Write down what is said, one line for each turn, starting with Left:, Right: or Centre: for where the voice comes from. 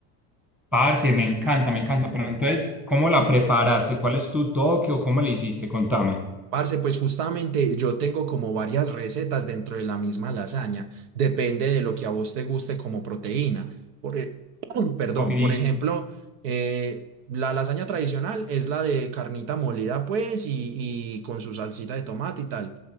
Centre: parce, me encanta, me encanta. Pero entonces, ¿cómo la preparaste? ¿Cuál es tu toque o cómo le hiciste? Contame.
Right: Parce, pues justamente yo tengo como varias recetas dentro de la misma lasaña. Depende de lo que a vos te guste como proteína. Por, e- <clears throat> perdón,
Centre: Co- y-
Right: por ejemplo, eh, la lasaña tradicional es la de carnita molida, pues, y, y con su salsita de tomate y tal.